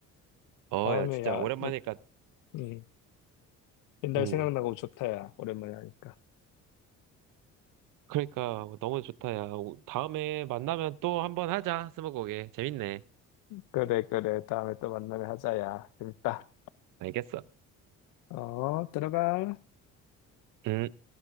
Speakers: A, on the right; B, on the left.
A: 어,
B: 다음에,
A: 야, 진짜
B: 야,
A: 오랜만이니까,
B: 너, 음, 옛날
A: 음,
B: 생각나고 좋다, 야. 오랜만에 하니까.
A: 그러니까 너무 좋다, 야. 다음에 만나면 또 한번 하자, 스무고개. 재밌네.
B: 그래, 그래. 다음에 또 만나면 하자, 야. 재밌다.
A: 알겠어.
B: 어, 들어가.
A: 음.